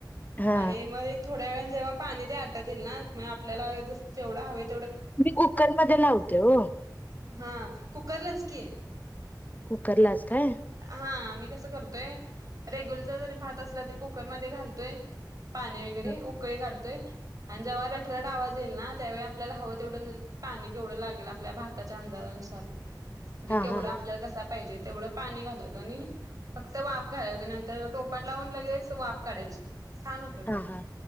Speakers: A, on the left (about 25°); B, on the right (about 50°).
A: हा
B: आणि मग एक थोडा वेळ जेव्हा पाणी द्या त्यांना मग आपल्याला जेवढा हवंय
A: मी कुकर मध्ये लावते हो
B: हा कुकरलाच की
A: कुकरलाच काय
B: हा कसं करते रेगुलर जरी भात असला तरी कुकरमध्येच घालते पाणी वगैरे
A: हा
B: उकळे काढतो ते आणि जेव्हा रट रट आवाज ल ना त्यावेळी आपल्याला हवं तेवढं म्हे पाणी केवढं लागेल आपल्या भाताच्या अंदाजानुसार म्हणजे
A: हा
B: केवढा
A: हा हा
B: आपल्याला कसा पाहिजे तेवढं पाणी घालायचं, आणि फक्त वाफ घालाय, नंतर टोपण लावून लगेच वाफ काढायची छान होतय भात
A: हा हा